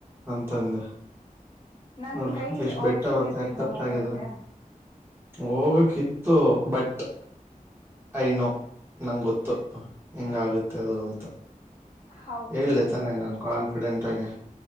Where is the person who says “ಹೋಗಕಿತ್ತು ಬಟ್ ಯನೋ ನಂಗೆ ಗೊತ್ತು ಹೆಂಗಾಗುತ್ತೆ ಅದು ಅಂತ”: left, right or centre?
Right